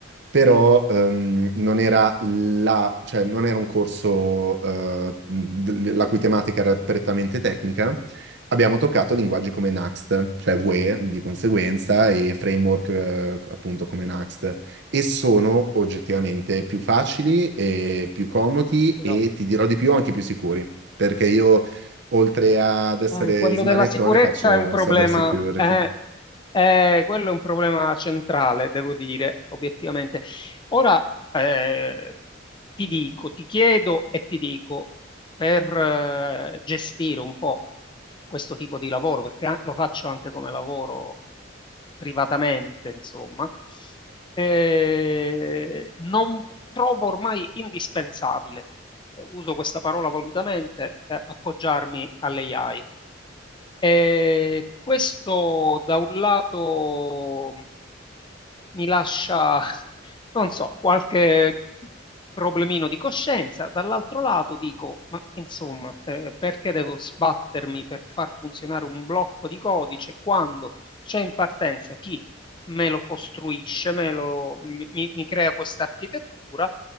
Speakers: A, on the right; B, on the left.
A: Però ehm, non era la, cioè, non era un corso eh, mh, la cui tematica era prettamente tecnica, abbiamo toccato linguaggi come Next, cioè Vue di conseguenza, e framework eh, appunto come Next, e sono oggettivamente più facili e più comodi
B: sì.
A: e ti dirò di più anche più sicuri, perché io oltre ad essere
B: Eh, quello
A: smanettone
B: della sicurezza
A: faccio
B: è un problema,
A: cyber security.
B: eh, eh, quello è un problema centrale, devo dire, obiettivamente. Ora, eh, ti dico, ti chiedo e ti dico, per eh, gestire un po' questo tipo di lavoro, perché a- lo faccio anche come lavoro privatamente, insomma, eh, non trovo ormai indispensabile, eh, uso questa parola volutamente, eh, appoggiarmi alle AI. E questo da un lato mi lascia, non so, qualche problemino di coscienza. Dall'altro lato dico, ma insomma, eh, perché devo sbattermi per far funzionare un blocco di codice quando c'è in partenza chi me lo costruisce, me lo, mi, mi- mi crea questa architettura